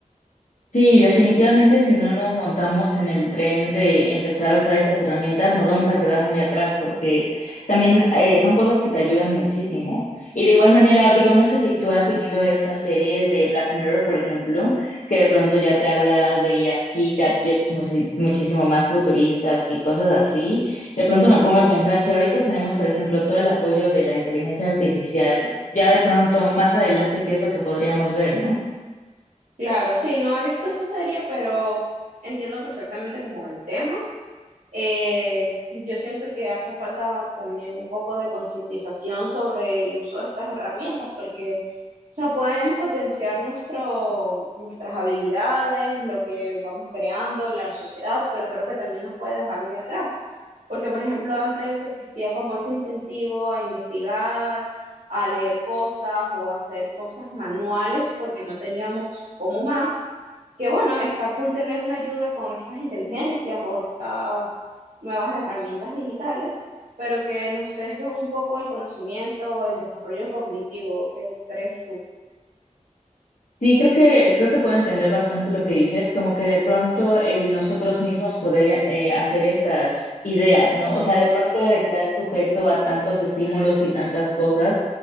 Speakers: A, on the left (about 70°); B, on the right (about 65°).
A: Sí, definitivamente si no nos montamos en el tren de empezar a usar estas herramientas, nos vamos a quedar muy atrás porque también eh, son cosas que te ayudan muchísimo. Y de igual manera, digo, no sé si tú has seguido esta serie de Black Mirror, por ejemplo, que de pronto ya te habla de aquí gadgets musi- muchísimo más futuristas y cosas así. De pronto me pongo a pensar si ahorita tenemos, por ejemplo, todo el apoyo de la inteligencia artificial, ya de pronto más adelante, ¿qué es lo que podríamos ver, no?
B: Claro, sí, no he visto esa serie, pero entiendo perfectamente como el tema Eh, yo siento que hace falta también un poco de concientización sobre el uso de estas herramientas, porque, o sea, pueden potenciar nuestro, nuestras habilidades, lo que vamos creando, la sociedad, pero creo que también nos puede dejar muy atrás. Porque, por ejemplo, antes existía como ese incentivo a investigar, a leer cosas o a hacer cosas manuales, porque no teníamos como más. Que bueno, está cool tener una ayuda con estas inteligencias o estas nuevas herramientas digitales, pero que nos sesgan un poco el conocimiento o el desarrollo cognitivo. ¿Qué crees tú?
A: Sí, creo que, creo que puedo entender bastante lo que dices, como que de pronto el nosotros mismos poder eh, hacer estas ideas, ¿no? O sea, de pronto estás sujeto a tantos estímulos y tantas cosas